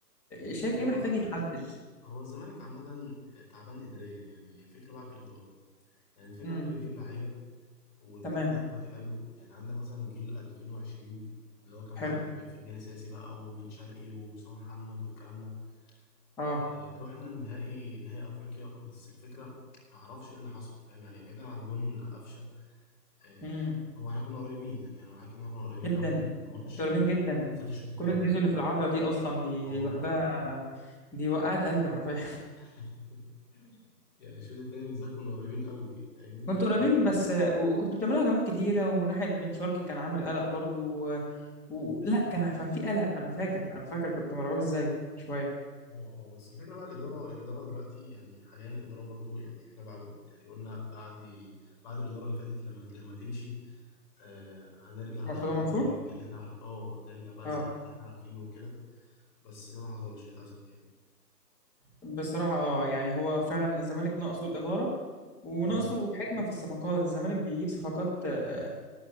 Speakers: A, in the centre; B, on the left (about 25°).
A: شايف
B: هو
A: ايه محتاج يتعدل
B: هو الزمالك عامة تعبان إداريا يعني الفكرة بقى في الإدارة يعني الفكرة
A: امم
B: أنت بتجيب لعيبة وبتبني
A: تمام
B: سكواد حلو يعني عندك مثلا جيل 2020 اللي هو كان
A: حلو
B: بقى بتاع فرجاني ساسي بقى وبن شرقي وأسامة محمد والكلام ده
A: اه
B: آه، رحنا النهائي نهائي أفريقيا بس الفكرة معرفش إيه اللي حصل فاهم يعني بعيدا عن جون قفشة آه،
A: امم
B: هو احنا كنا قريبين يعني انا معاك ان احنا كنا قريبين
A: جدا
B: قوي من الماتش
A: انتوا قريبين جدا
B: بالذات الشوط الثاني
A: كرة جيزو اللي في العارضة دي اصلا دي
B: اه
A: دي لوحدها دي وقعت قلبي حرفيا
B: <laughs> يعني الشوط الثاني بالذات كنا قريبين قوي فاهمني
A: كنتوا قريبين بس وكنتوا بتعملوا هجمات كتيرة وناحية بن شرقي كان عامل قلق برضو و...
B: مم.
A: و... لا كان كان في قلق أنا فاكر أنا فاكر كنت مرعوب إزاي شوية
B: اه اه بس الفكره بقى الاداره الاداره دلوقتي يعني حاليا الاداره برضو يعني احنا بقى يعني قلنا بعد بعد الاداره اللي فاتت لما لما تمشي آه هنرجع
A: مرتضى
B: بقى الزمالك
A: مم. منصور
B: اللي احنا عارفين اه هنرجع بقى الزمالك
A: اه
B: اللي احنا عارفينه وكده بس ده ما حصلش للاسف يعني
A: بصراحة اه يعني هو فعلا الزمالك ناقصه الإدارة وناقصه
B: مم.
A: حكمة في الصفقات الزمالك بيجيب صفقات آه،